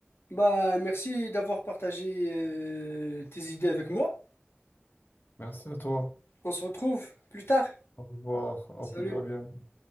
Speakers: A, on the left (about 85°); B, on the left (about 55°).
A: Bah, merci d'avoir partagé euh, tes idées avec moi.
B: Merci à toi.
A: On se retrouve plus tard.
B: Au revoir.
A: Salut.
B: À plus à bientôt.